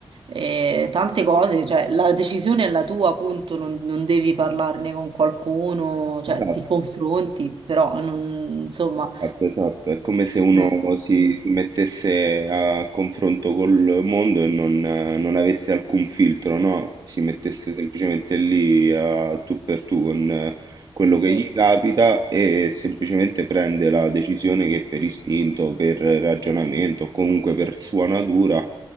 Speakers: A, on the right (about 65°); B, on the right (about 45°).
A: E tante cose, cioè la decisione è la tua, appunto, non, non devi parlarne con qualcuno, cioè
B: esatto.
A: ti confronti, però non, insomma,
B: Esatto, esatto, è come se uno
A: eh,
B: si,
A: quindi,
B: si mettesse a confronto col mondo e non, eh, non avesse alcun filtro, no? Si mettesse semplicemente lì a tu per tu con eh, quello che
A: eh.
B: gli capita e semplicemente prende la decisione che per istinto, per ragionamento o comunque per sua natura